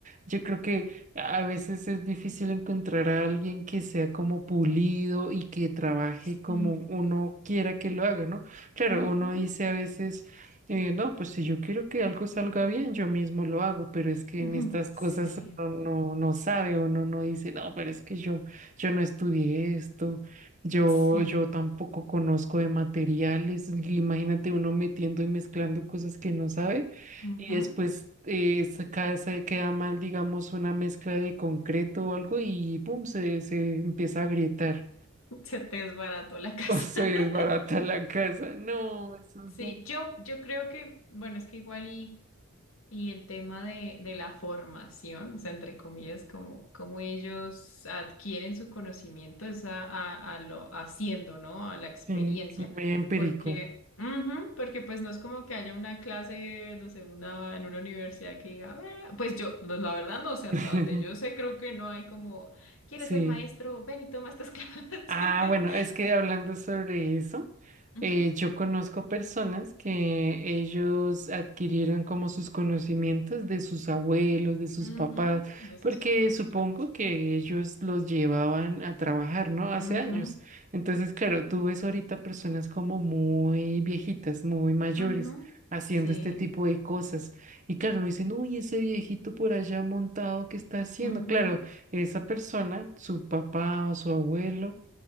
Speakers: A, on the right (about 35°); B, on the left (about 70°).
A: Yo creo que a veces es difícil encontrar a alguien que sea como pulido y que trabaje
B: sí,
A: como uno quiera que lo haga, ¿no? Claro,
B: ujú,
A: uno dice a veces, eh, no, pues si yo quiero que algo salga bien, yo mismo lo hago, pero es que
B: <laughs>
A: en estas cosas
B: sí,
A: uno no, no sabe, uno no dice, no, pero es que yo, yo no estudié esto. Yo,
B: sí,
A: yo tampoco conozco de materiales. Imagínate uno metiendo y mezclando cosas que no sabe
B: ujú.
A: y después eh, saca- se queda mal, digamos, una mezcla de concreto o algo y pum, se, se empieza a agrietar
B: Se te desbarató
A: <laughs>
B: la casa.
A: o se
B: <laughs>
A: desbarata la casa. No, eso
B: Sí,
A: es un-
B: yo, yo creo que, bueno, es que igual y... Y el tema de, de la formación, o sea, entre comillas, como, como ellos adquieren su conocimiento es a, a- a lo haciendo, ¿no? A la experiencia.
A: sí, muy empírico.
B: Porque, ujú, porque pues no es como que haya una clase, no sé, una, en una universidad que diga, "A ver", pues yo, no, la verdad no sé, hasta
A: <laughs>
B: donde yo sé, creo que no hay como, ¿quieres
A: Sí.
B: ser maestro? Ven y toma estas <laughs> clases.
A: Ah, bueno, es que hablando sobre eso,
B: Ujú,
A: eh, yo conozco personas que ellos adquirieron como sus conocimientos de sus abuelos, de sus
B: ujú,
A: papás,
B: De sus
A: porque
B: papás,
A: supongo
B: exacto.
A: que ellos los llevaban a trabajar, ¿no? Hace
B: Ujú,
A: años. Entonces, claro, tú ves ahorita personas como muy viejitas, muy mayores,
B: ujú,
A: haciendo
B: Sí.
A: este tipo de cosas. Y claro, no dicen, uy, ese viejito por allá montado, ¿qué está haciendo?
B: Ujú.
A: Claro, esa persona, su papá o su abuelo